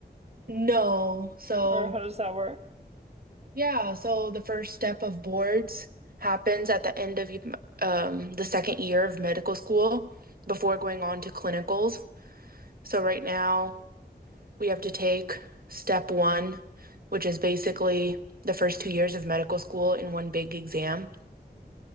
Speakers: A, on the right (about 60°); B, on the right (about 35°).
A: No, so
B: Or how does that work?
A: yeah, so the first step of boards happens at the end of um, the second year of medical school before going on to clinicals. So right now we have to take step one, which is basically the first two years of medical school in one big exam.